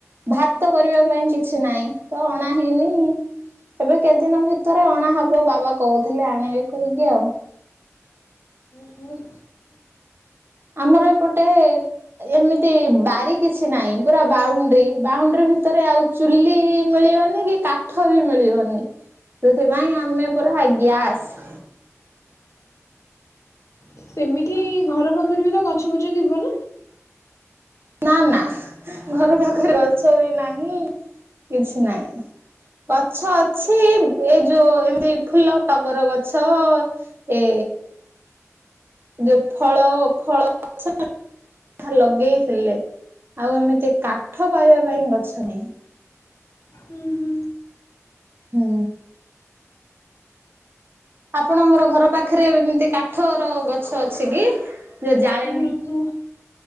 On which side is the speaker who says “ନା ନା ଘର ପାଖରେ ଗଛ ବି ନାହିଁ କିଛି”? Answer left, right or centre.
Right